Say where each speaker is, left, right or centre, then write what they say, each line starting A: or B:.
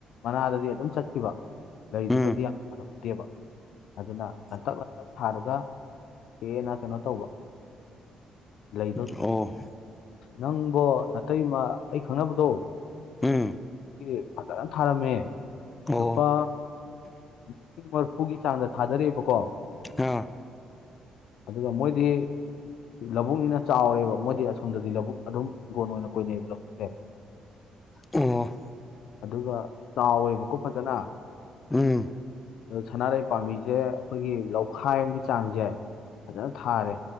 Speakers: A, on the left; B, on the left.
A: ꯃꯅꯥꯗꯗꯤ ꯑꯗꯨꯝ ꯆꯠꯈꯤꯕ ꯂꯩꯗꯨꯗꯗꯤ
B: ꯎꯝ
A: ꯌꯥꯝ ꯄꯟꯍꯧꯗꯦꯕ ꯑꯗꯨꯅ ꯂꯟꯇꯛ ꯂꯟꯇꯛ ꯊꯥꯔꯒ ꯍꯦꯟꯅ ꯀꯩꯅꯣ ꯇꯧꯕ ꯂꯩꯗꯣ
B: ꯑꯣ
A: ꯅꯪꯕꯣ ꯅꯥꯇꯩꯃ ꯑꯩ ꯈꯪꯅꯕꯗꯣ
B: ꯎꯝ
A: ꯂꯩ ꯐꯖꯅ ꯊꯥꯔꯝꯃꯦ
B: ꯑꯣ
A: ꯂꯨꯄꯥ ꯂꯤꯁꯤꯡ ꯃꯔꯐꯨꯒꯤ ꯆꯥꯡꯗ ꯊꯥꯗꯔꯦꯕꯀꯣ
B: ꯑꯥ
A: ꯑꯗꯨꯒ ꯃꯣꯏꯗꯤ ꯂꯧꯕꯨꯛꯅꯤꯅ ꯆꯥꯎꯔꯦꯕ ꯃꯣꯏꯗꯤ ꯑꯁꯣꯝꯗꯗꯤ ꯂꯧꯕꯨꯛ ꯑꯗꯨꯝ ꯍꯤꯡꯒꯣꯟ ꯑꯣꯏꯅ ꯀꯣꯏꯅꯩꯑꯕ ꯂꯧꯕꯨꯛꯁꯦ
B: ꯑꯣ
A: ꯑꯗꯨꯒ ꯆꯥꯎꯋꯦꯕꯀꯣ ꯐꯖꯅ
B: ꯎꯝ
A: ꯑꯗꯨ ꯁꯅꯥ ꯂꯩꯩ ꯄꯥꯝꯕꯤꯁꯦ ꯑꯩꯈꯣꯏꯒꯤ ꯂꯧꯈꯥꯏ ꯑꯃꯒꯤ ꯆꯥꯡꯁꯦ ꯐꯖꯅ ꯊꯥꯔꯦ